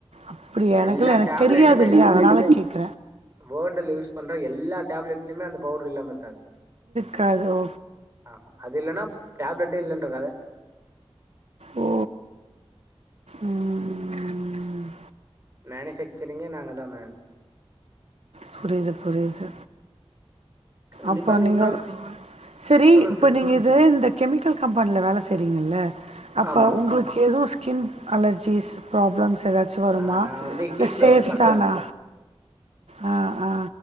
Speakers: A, on the right (about 90°); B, on the right (about 20°).
A: அப்டியா எனக்கெல்ல
B: எல்லா
A: எனக்கு
B: டேப்லெட்டுமே
A: தெரியாது இல்லையா
B: நீ
A: அதனால கேக்கு
B: வேர்ல்டுல யூஸ் பண்ற எல்லா டேப்லட்லயுமே அந்த பவுட்ரு இல்லாம இருக்காது
A: காதோ
B: ஆமா அது இல்லன்னா டேப்லெட்டே இல்லன்ற கத
A: ஓ ம்
B: மேனிஃபேக்சரிங்கே நாங்க தா மேம்
A: புரிது புரிது
B: கண்டிப்பா
A: அப்ப
B: நீங்களா
A: நீங்கோ செரி
B: சொல்லுங்க
A: இப்ப
B: சொல்லுங்க.
A: நீங்க இத இந்த கெமிக்கல் கம்பென்ல வேல செய்றீங்க இல்ல அப்ப
B: ஆமா.
A: உங்களு எதோ ஸ்கின் அலர்ஜீஸ் பிராப்ளம்ஸ் ஏதாச்சு வருமா
B: அ நான் வந்து
A: இல்ல
B: ஹீட்ல
A: சேஃப்
B: ஒர்க் பண்றேன்.
A: தானா ஆ ஆ